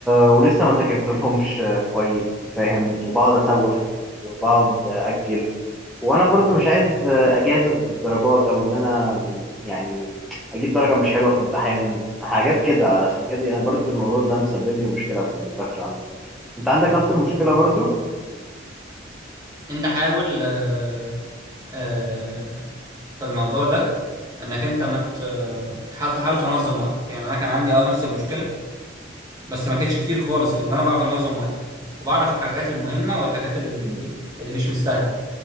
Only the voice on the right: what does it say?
انت حاول آه، آه، في الموضوع ده انك انت ما ت- آه، تحاول تحاول تنظم وقتك يعني انا كان عندي اه نفس المشكلة بس ما كانتش كتير خالص لان انا بعرف انظم وقتي وبعرف الحاجات المهمة والحاجات اللي اللي مش مستاهلة